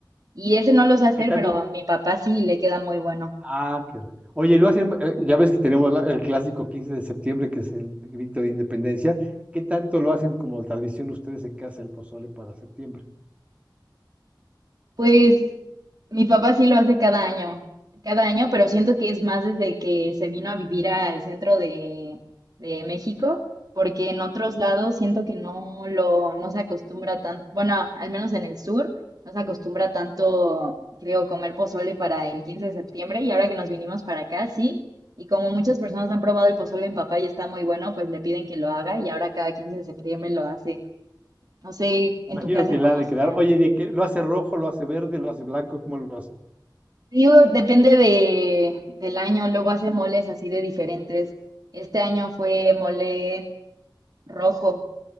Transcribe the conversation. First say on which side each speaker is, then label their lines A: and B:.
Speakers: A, on the right (about 50°); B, on the right (about 15°).
A: Y ese no lo sé
B: ¿Y
A: hacer,
B: qué tal?
A: pero a mi papá sí le queda muy bueno.
B: Ah, qué... bueno. Oye, lo hacen, eh, ya ves que tenemos la- el clásico 15 de septiembre, que es el grito de independencia. ¿Qué tanto lo hacen como tradición ustedes en casa el pozole para septiembre?
A: Pues mi papá sí lo hace cada año, cada año, pero siento que es más desde que se vino a vivir al centro de, de México, porque en otros lados siento que no lo, no se acostumbra tanto, bueno, al menos en el sur, no se acostumbra tanto, creo, comer pozole para el 15 de septiembre, y ahora que nos vinimos para acá, sí, y como muchas personas han probado el pozole en papá y está muy bueno, pues le piden que lo haga, y ahora cada 15 de septiembre lo hace. No sé en
B: Imagino
A: tu casa
B: que
A: cómo
B: la ha de
A: sea.
B: quedar. Oye, ¿de qué? ¿Lo hace rojo, lo hace verde, lo hace blanco? ¿Cómo lo hace?
A: Digo, depende de, del año, luego hace moles así de diferentes. Este año fue mole rojo,